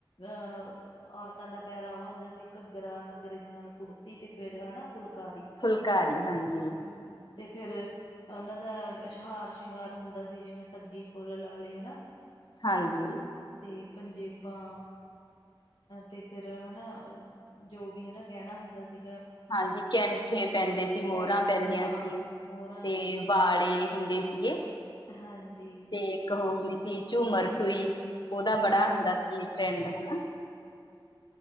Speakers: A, on the left; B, on the left.
A: ਅਹ ਔਰਤਾਂ ਦਾ ਪਹਿਰਾਵਾ ਹੁੰਦਾ ਸੀ, ਘੱਗਰਾ -ਘੱਗਰੇ ਦੇ ਨਾਲ ਕੁੜਤੀ ਤੇ ਫੇਰ ਹਨਾ ਫੁਲਕਾਰੀ ਹਮ
B: ਫੁਲਕਾਰੀ ਹਾਂਜੀ
A: ਤੇ ਫੇਰ ਉਹਨਾਂ ਦਾ ਹਾਰ ਸ਼ਿੰਗਾਰ ਹੁੰਦਾ ਸੀ। ਜਿਵੇਂ ਸੱਗੀ ਫੁੱਲ ਲਾ ਲਏ ਹਨਾ
B: ਹਾਂਜੀ
A: ਤੇ ਪੰਜੇਬਾਂ ਤੇ ਫੇਰ ਹਨਾ ਜੋ ਵੀ ਗਹਿਣਾ ਹੁੰਦਾ ਸੀ।
B: ਹਾਂਜੀ! ਕੈਂਠੇ ਪੈਂਦੇ ਸੀ। ਮੋਰਾਂ
A: ਕੈਂ
B: ਪੈਂਦੀਆਂ
A: ਹਾਂ
B: ਸੀ
A: ਮੋਹਰਾਂ
B: ਤੇ ਵਾਲੇ ਹੁੰਦੇ ਸੀਗੇ
A: ਹਾਂਜੀ
B: ਤੇ ਇੱਕ ਉਹ ਹੁੰਦੀ ਸੀ। ਝੂਮਰ ਸੂਈ ਉਹਦਾ
A: ਹੂੰ
B: ਬੜਾ ਹੁੰਦਾ ਸੀ ਟਰੈਂਡ ਹਨਾ